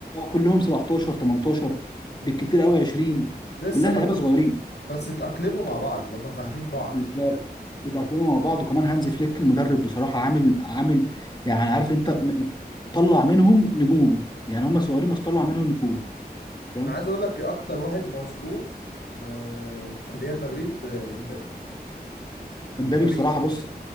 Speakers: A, on the left; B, on the left.
A: كلهم 17 18
B: مم.
A: بالكتير قوي 20
B: لسه
A: كلها
B: ما
A: لعيبه صغيرين
B: بس اتأقلموا مع بعض اللي هم فاهمين بعض
A: بالظبط
B: يعني
A: بيتاقلموا مع بعض وكمان هانز فليك المدرب بصراحه عامل عامل يعني عارف انت م- م- طلع منهم نجوم يعني هم
B: مم.
A: صغيرين بس طلع منهم نجوم
B: انا عايز اقول لك اكتر واحد مظلوم م- في ريال مدريد آه، امبابي
A: امبابي
B: امبابي
A: بصراحه بص